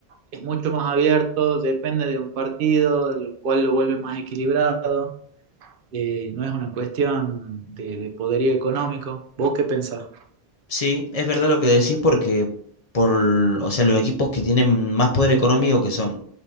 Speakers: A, on the right (about 60°); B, on the left (about 40°).
A: Es mucho más abierto, depende de un partido, lo cual lo vuelve más equilibrado. eh, no es una cuestión de, de poderío económico. ¿Vos qué pensás?
B: Sí, es verdad lo que decís porque por, o sea, los equipos que tienen más poder económico que son